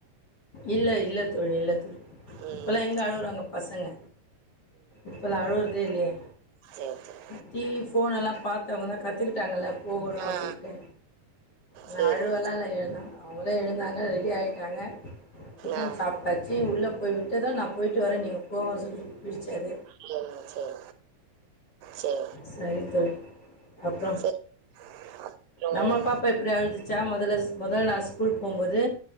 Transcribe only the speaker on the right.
ம்
சேர் சேரி
ஆ
சரி
ஆ
சரிங்க சரி சரி
சரி அப்புறம்